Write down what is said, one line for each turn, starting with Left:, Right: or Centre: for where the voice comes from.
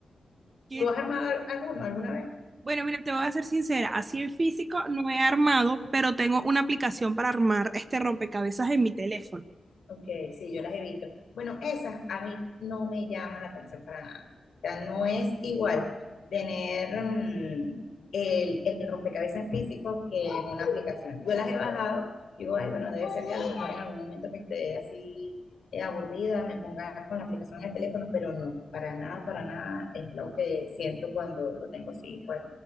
Right: Que-
Left: ¿Tú has armado al- alguno alguna vez?
Right: Bueno, mira, te voy a ser sincera, así en físico no he armado, pero tengo una aplicación para armar este rompecabezas en mi teléfono.
Left: Ok, sí, yo las he visto. Bueno, esas a mí no me llaman la atención para nada. O sea, no es igual tener mm, el, el rompecabezas en físico que en una aplicación. Yo las he bajado, digo, ay, bueno, debe ser que a lo mejor en algún momento que esté así eh, aburrida me ponga con la aplicación en el teléfono, pero no, para nada, para nada es lo que siento cuando lo tengo así, pues,